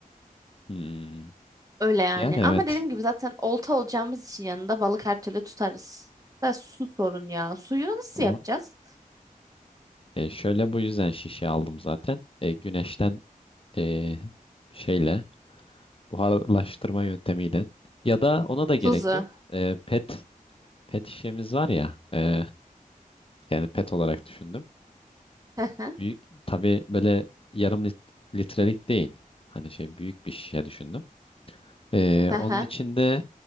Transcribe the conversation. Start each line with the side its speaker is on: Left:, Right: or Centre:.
Left: Hmm.
Right: Öyle yani.
Left: Yani evet.
Right: Ama dediğim gibi zaten olta olacağımız için yanında balık her türlü tutarız. Da su sorun ya. Suyu nasıl
Left: O
Right: yapacağız?
Left: E, şöyle bu yüzden şişe aldım zaten. E, güneşten e, şeyle buharlaştırma yöntemiyle ya da ona da gerek
Right: Tuzu.
Left: yok. E, pet pet şişemiz var ya e, yani pet olarak düşündüm.
Right: Hı hı,
Left: Büyük tabii böyle yarım lit- litrelik değil. Hani şey büyük bir şişe düşündüm. E,
Right: hı hı,
Left: onun içinde